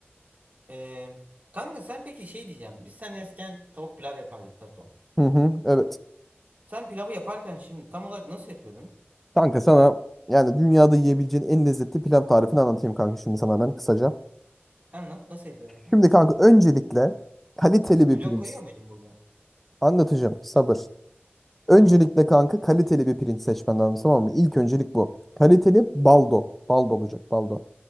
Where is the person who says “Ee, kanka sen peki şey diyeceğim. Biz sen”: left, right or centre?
Right